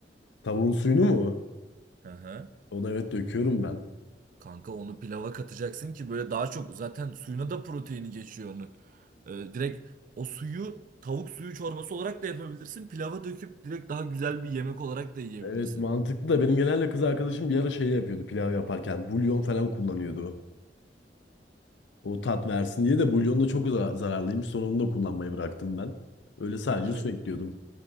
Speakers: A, on the left; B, on the right.
A: Tavuğun suyunu mu?
B: Hı hı.
A: Onu evet döküyorum ben.
B: Kanka onu pilava katacaksın ki böyle daha çok zaten suyuna da proteini geçiyor onun. E, direkt o suyu tavuk suyu çorbası olarak da yapabilirsin. Pilava döküp direkt daha güzel bir yemek olarak da yiyebilirsin.
A: Evet mantıklı da benim genelde kız arkadaşım bir ara şey yapıyordu pilav yaparken. Bulyon falan kullanıyordu. O tat versin diye de bulyon da çok za- zararlıymış. Sonra onu da kullanmayı bıraktım ben. Öyle sadece
B: Evet
A: su ekliyordum.